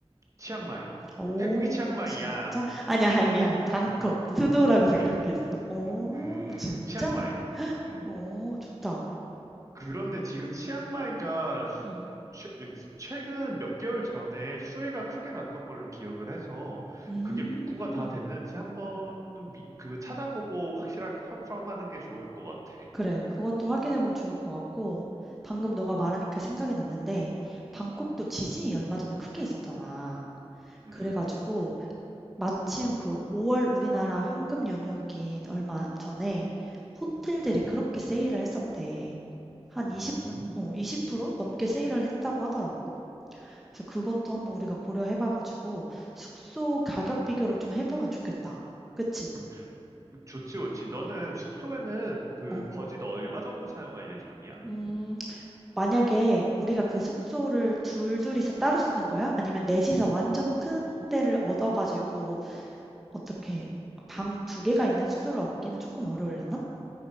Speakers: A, on the right; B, in the centre.
A: 치앙마이.
B: 오,
A: 태국이 치앙마이야.
B: 진짜? 아니야, 아니, 미안. 방콕,
A: 응,
B: 수도라고 생각했어.
A: 응
B: 오,
A: 응 응,
B: 진짜?
A: 응, 치앙마이. 음.
B: 오, 좋다.
A: 그런데 지금 치앙마이가 수-
B: 음.
A: 최, 최근 몇 개월 전에 수해가 크게 났던 걸로 기억을 해서
B: 음.
A: 그게 복구가 다 됐는지 한번 미- 그 찾아보고 확실하게 컨펌하는 게 좋을 것 같아.
B: 그래. 그것도 확인해 보면 좋을 것 같고 방금 너가 말하니까 생각이 났는데 방콕도 지진이 얼마 전에 크게 있었잖아.
A: 음.
B: 그래 가지고 마침 그 5월 우리나라 황금 연휴긴 얼마 전에 호텔들이 그렇게 세일을 했었대. 한 20분,
A: 음,
B: 어, 20% 넘게 세일을 했다고 하더라고. 그래서 그것도 한번 우리가 고려해 봐 가지고 숙소 가격 비교를 좀 해보면 좋겠다. 그치?
A: 음, 좋지, 좋지. 너는 숙소에는 그
B: 어.
A: 버짓 얼마 정도 사용할 예정이야?
B: 음, 만약에 우리가 그 숙소를 둘둘이서 따로 쓰는 거야? 아니면 넷이서 완전 큰 데를 얻어 가지고 어떻게 방 두 개가 있는 숙소를 얻기는 조금 어려울려나?